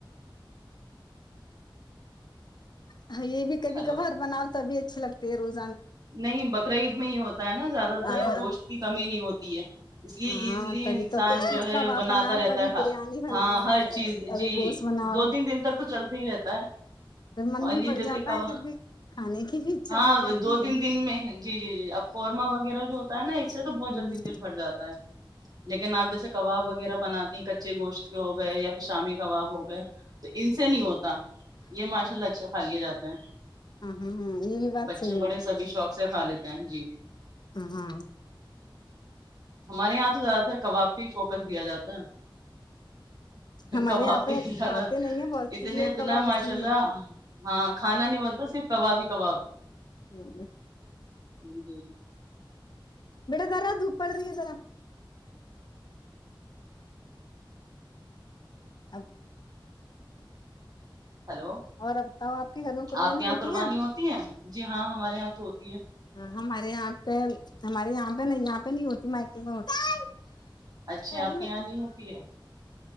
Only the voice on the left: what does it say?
اچ ہاں یہ بھی کب
کبھار بناؤ تبھی اچے لگتے ہےوز
ہاں
ہاں
تبھی
تو کچھ
کچھ
کب آپ
بناؤ
کبھی
بریانی بناؤ
کبھی
گوشت بناؤ
پھر من
بھی
بڑھ
جاتا
ہے پھر بھی کھانے کی بھی اچھا
نہیں کرتی
ہاں
ہاں یہ بھی بات
صحیح
ہ ہاں
ہمارے
یہاں پہ
کھاتے نہیں ہیں بہت
سے لوگ
کباب
اس لیے
ہوں
بڑا دارا دھوپ پڑ رہی ہے را اب
اور اب بتاؤ آپ کے گھر میں قربانی
ہوتی
ہے
ہاں ہمارے یہاں پہ ہمارے یہاں پہ نہیں یہاں پہ نہیں ہوتی مائکے میں ہوتی
ہاں